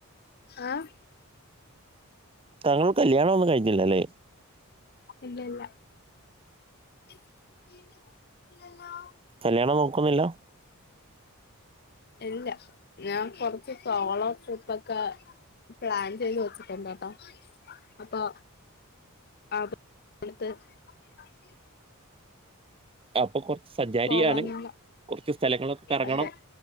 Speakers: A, on the left; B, on the right.
A: ആഹ് -
B: താങ്കൾ കല്യാണഒന്നും കഴിഞ്ഞില്ലല്ലേ?
A: ഇല്ല ഇല്ല <unintelligible>
B: കല്യാണം നോക്കുന്നില്ല-
A: ഇല്ല ഞാൻ കൊർച്ച് സൊളോ ട്രിപ്പക്കെ- പ്ലാൻ ചെയ്ത് വെച്ചിട്ടൊണ്ട്ട്ടോ അപ്പൊ- <unintelligible>
B: അപ്പൊ കൊർ സഞ്ചാരിയാണ്
A: പോവാന്നുള്ള
B: കൊർച്ച് സ്ഥലങ്ങളൊക്കെ കർങ്ങണം
A: അതെ